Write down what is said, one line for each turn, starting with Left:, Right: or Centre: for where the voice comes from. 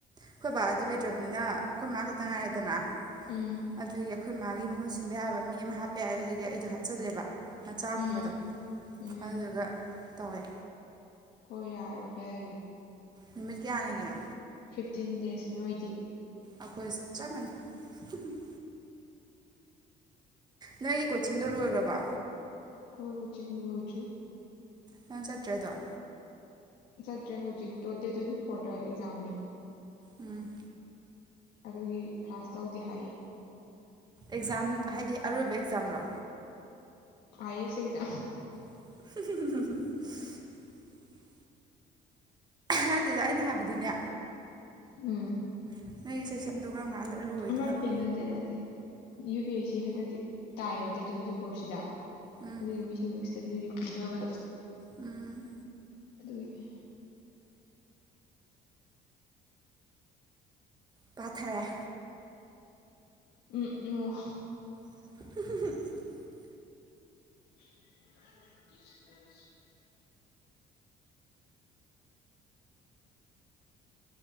Right: ꯑꯈꯣꯏ ꯕꯥꯗꯣ ꯂꯩꯇ꯭ꯔꯥꯅꯤꯅ ꯑꯈꯣꯏ ꯃꯥ ꯈꯇꯪ ꯉꯥꯏꯔꯦꯗꯅꯥ
Left: ꯎꯝ
Right: ꯑꯗꯨꯏꯒꯤ ꯑꯈꯣꯏ ꯃꯥꯒꯤ ꯃꯍꯨꯠ ꯁꯤꯟꯕ ꯌꯥꯕ ꯃꯤ ꯑꯃ ꯍꯥꯄ ꯌꯥꯏ ꯑꯗꯨꯒꯤ ꯑꯩꯗꯣ ꯍꯞꯆꯜꯂꯦꯕ ꯃꯆꯥꯒꯨꯝꯕꯗꯣ
Left: ꯎꯝ ꯎꯝ
Right: ꯑꯗꯨꯗꯨꯒ ꯇꯧꯔꯦ꯫
Left: ꯍꯣꯏ ꯌꯥꯔꯕ ꯌꯥꯏꯑꯦ꯫
Right: ꯅꯨꯃꯤꯠ ꯀꯌꯥꯅꯤꯒꯤꯅꯣ꯫
Left: ꯐꯤꯐꯇꯤꯟ ꯗꯦꯖ꯭ꯁ ꯅꯣꯏꯗꯤ꯫
Right: ꯑꯈꯣꯏꯁꯨ ꯆꯞ ꯃꯥꯅꯩ ꯫ ꯅꯣꯏꯒꯤ ꯀꯣꯆꯤꯡꯗꯣ ꯂꯣꯏꯒꯕꯣ꯫
Left: ꯑꯈꯣꯏ ꯀꯣꯆꯤꯡ ꯂꯣꯏꯗ꯭ꯔꯤ꯫
Right: ꯅꯪ ꯆꯠꯇꯔꯦ ꯑꯗꯨꯝ
Left: ꯆꯠꯇ꯭ꯔꯦ ꯍꯧꯖꯤꯛꯇꯣ ꯗꯦꯠ ꯇ꯭ꯋꯦꯟꯇꯤꯐꯣꯔꯗ ꯑꯦꯛꯖꯝꯅꯦꯕ꯫
Right: ꯎꯝ
Left: ꯑꯗꯨꯒꯤ ꯀ꯭ꯂꯥꯁ ꯇꯧꯗꯦ ꯍꯥꯏꯌꯦ꯫
Right: ꯑꯧꯛꯖꯝ ꯍꯥꯏꯗꯤ ꯑꯔꯣꯏꯕ ꯑꯦꯛꯖꯝ ꯔꯣ꯫
Left: ꯑꯥꯏ ꯑꯦꯁ ꯑꯦꯛꯖꯝ꯫
Right: <unintelligible> ꯅꯠꯇꯦꯗ ꯑꯩꯅ ꯍꯥꯏꯕꯗꯤꯅꯦ
Left: ꯎꯝ
Right: <unintelligible> ꯂꯣꯏꯗꯣꯏꯅꯣꯕ
Left: ꯑꯃꯇꯦ ꯅꯠꯇꯦ ꯅꯠꯇꯦ꯫ ꯌꯨ ꯄꯤ ꯑꯦꯁ ꯁꯤ ꯍꯟꯗꯛꯇꯤ ꯇꯥꯏꯌꯦꯕ ꯗꯦꯠ ꯇ꯭ꯋꯦꯟꯇꯤ ꯐꯣꯔ ꯁꯤꯗꯥ꯫
Right: ꯎꯝ
Left: ꯑꯗꯨꯏ ꯃꯤꯁꯤꯡꯗꯣ ꯑꯗꯨꯒꯤ ꯄꯤꯗꯕꯗꯣ꯫
Right: ꯎꯝ
Left: ꯑꯗꯨꯒꯤ
Right: ꯄꯥꯊꯔꯦ꯫
Left: ꯎꯝ ꯎꯝ
Right: <unintelligible>
Left: <unintelligible>